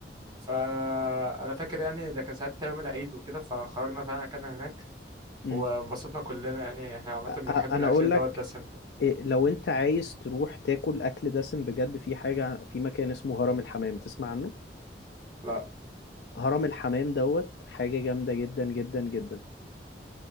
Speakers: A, on the right; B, on the left.
A: فأنا فاكر يعني ده كان ساعتها يوم العيد وكده فخرجنا فعلا أكلنا هناك
B: امم
A: وانبسطنا كلنا يعني احنا عامة
B: أ-
A: بنحب
B: أ- انا
A: الأكل
B: اقول
A: اللي
B: لك
A: هو الدسم ده
B: إيه، لو انت عايز تروح تاكل اكل دسم بجد في حاجة في مكان اسمه هرم الحمام تسمع عنه
A: لا
B: هرم الحمام دوت حاجة جامدة جدا جدا جدا